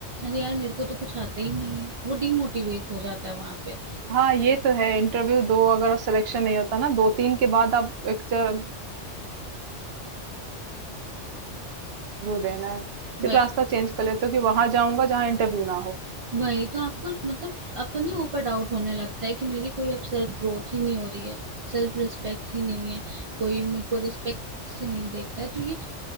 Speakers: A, on the right; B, on the right.
A: अरे यार मेरे को तो कुछ आता ही नहीं है वो डिमोटिवेट हो जाता है वहां पे
B: हाँ, ये तो है इंटरव्यू दो अगर आप सिलेक्शन नहीं होता ना 2-3 के बाद आप एक इंटरव्यू देना है।
A: वही
B: फिर रास्ता चेंज कर लेते हो कि वहाँ जाऊँगा जहाँ इंटरव्यू ना हो।
A: वही तो आपको मतलब अपने ऊपर डाउट होने लगता है कि मेरी कोई अब सेल्फ ग्रोथ ही नहीं हो रही है सेल्फ रिस्पेक्ट ही नहीं है कोई मेरे को रिस्पेक्ट से नहीं देखता है तो ये